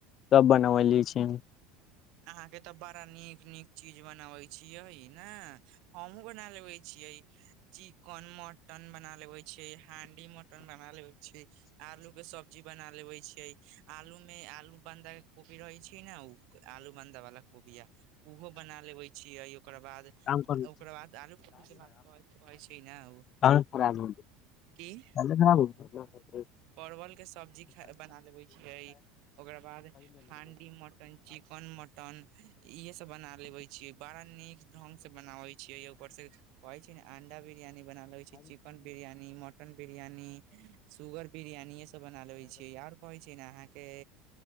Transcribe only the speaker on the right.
अहाँके त बड़ा नीक नीक चीज बनाबै छियै ने हमहूँ बना लेगै छीय चिकन मटन बना लेवे छियै हांडी मटन बना लेवे छियै आलू के सब्जी बना लेबे छियै आलूमे आलू बंधा कोपी रहै छै ने ओ आलू बानधा बालला कोबीिया ओहो बना लेबे छियै ओकर बाद
ओकर बाद आलू पू के बात कहै छै ने ओ
की
परवल के सब्जी खा बना देबे छियै ओकरा बाद हांडी मटन चिकेन मटन इहे सब बना लेवे छीय बड़ा नीक ढंग से बनावे छै छियै य ऊपर से कहे छी छै अंडा बिरियानी बना लै छै chicken biryani mutton biryani sugar biryani इे सब बना लेबे छीयै आर कहै छै ने अहाके